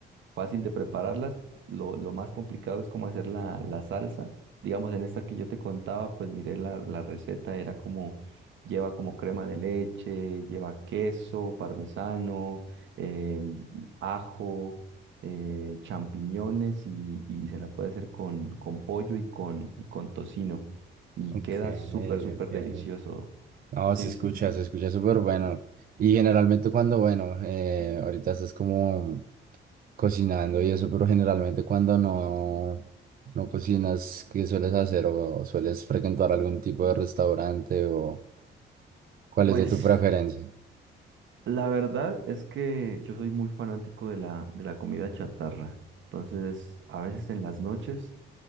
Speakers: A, on the right; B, on the right.
A: fácil de prepararlas. Lo, lo más complicado es cómo hacer la, la salsa. Digamos, en esta que yo te contaba, pues miré la, la receta, era como, lleva como crema de leche, lleva queso, parmesano, em, ajo, eh, champiñones y, y se la puede hacer con, con pollo y con, y con tocino. Y
B: Ok,
A: queda súper, súper
B: ok.
A: delicioso.
B: No,
A: Sí,
B: se escucha,
A: sí.
B: se escucha súper bueno. Y generalmente cuando, bueno, eh, ahorita estás como cocinando y eso, pero generalmente cuando no, no cocinas, ¿qué sueles hacer? ¿O o sueles frecuentar algún tipo de restaurante? ¿O cuál
A: Pues
B: es de tu preferencia?
A: La verdad es que yo soy muy fanático de la, de la comida chatarra. Entonces, a veces en las noches,